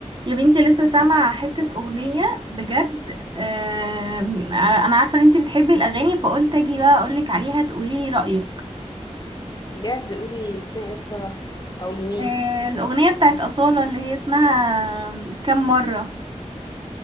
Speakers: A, on the right (about 45°); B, on the left (about 35°).
A: يا بنتي لسه سامعة حتة أغنية بجد آم، أنا عارفة إن أنتي بتحبي الأغاني فقلت أجي بقى أقولك عليها تقوليلي رأيك
B: بجد قولي اسمها ايه بسرعة او لمين
A: آه، الأغنية بتاعت أصالة اللي هي اسمها كم مرة